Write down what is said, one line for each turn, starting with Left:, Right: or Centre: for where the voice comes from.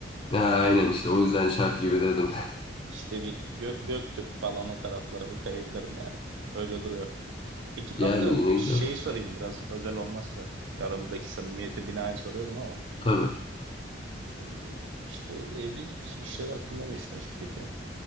Left: Ha, aynen işte o yüzden şart gibi dedim. <laughs>
Right: İşte bir Gö- Göktürk falan o taraflara bir kayabilirim yani. Öyle duruyor. Peki kanka
Left: Yani yine güzel.
Right: şey sorayım biraz özel olmazsa. Aramızdaki samimiyete binaen soruyorum ama.
Left: Tabii.
Right: Ee, işte evlilik işleri hakkında ne düşünüyorsun peki?